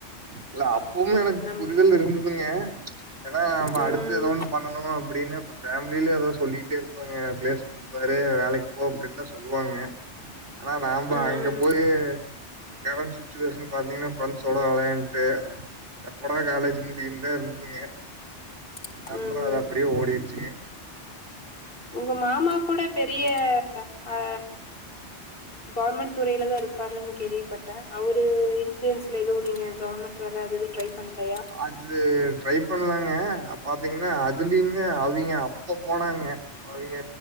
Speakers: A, on the right (about 80°); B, on the left (about 50°).
A: இல்ல அப்பவும் எனக்கு
B: நம்
A: புரிதல் இருந்ததுங்க ஏனா நாம அடுத்து
B: ம்
A: எதோ ஒன்னு பண்ணனு அப்டின்னு ஃபேமிலே ஏதாவது சொல்லிட்டே இருப்பாங்க பிளேஸ் ம் பாரு வேலைக்கு போ அப்டின் தா சொல்லுவாங்க ஆனா நாம
B: ம்
A: அங்க
B: ம்
A: போயி கரண்ட் சுச்சுவேஷன் பாத்தீங்கன்னா பஞ்ச் தொட விளையான்ட்டு எப்படா காலேஜ் முடியுந்தா இருந்ததுங்க
B: ம்
A: அப்பறோ
B: ம்
A: அது அப்டியே ஓடிடுச்சுங்க
B: உங்க மாமா கூட பெரிய ஆ கவர்மெண்ட் துறையிலதா இருக்காருனு கேள்விப்பட்டே அவுரு இன்ஃப்லியன்ஸ்ல ஏதுவு நீங்க கவர்ன்மெண்ட் வேலை அது இது ட்ரை பண்லையா
A: அது ட்ரை பண்லாங்க அ பாத்தீங்னா அதுலயுமே அவிங்க அப்ப போனாங்க அவிங்க